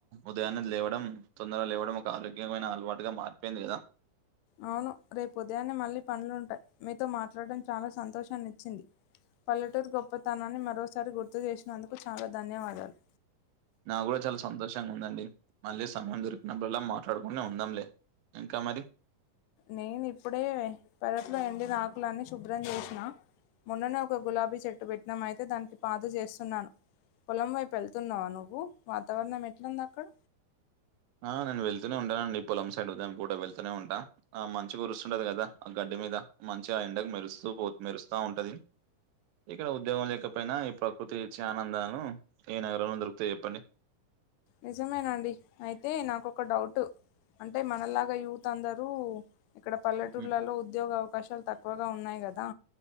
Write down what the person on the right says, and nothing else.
ఉదయాన్నది లేవడం, తొందరగా లేవడం ఒక ఆరోగ్యమైన అలవాటుగా మారిపోయింది కదా
నా గూడా చాలా సంతోషంగా ఉందండి. మళ్ళీ సమయం దొరికినప్పుడుల్లా మాట్లాడుకుని ఉందాంలే. ఇంకా మరి
ఆ నేను వెళ్తూనే ఉంటానండి పొలం సైడ్ ఉదాయం కూడా వెళ్తూనే ఉంటాను ఆ మంచి కురుస్తుంటది కదా ఆ గడ్డి ఇంటి మీద మంచిగా ఎండకు మెరుస్తూ పో మెరుస్తా ఉంటది. ఇక్కడ ఉద్యోగం లేకపోయినా ఈ ప్రకృతి ఇచ్చే ఆనందాలు ఏ నగరంలో దొరుకుతాయి చెప్పండి.
ఉమ్.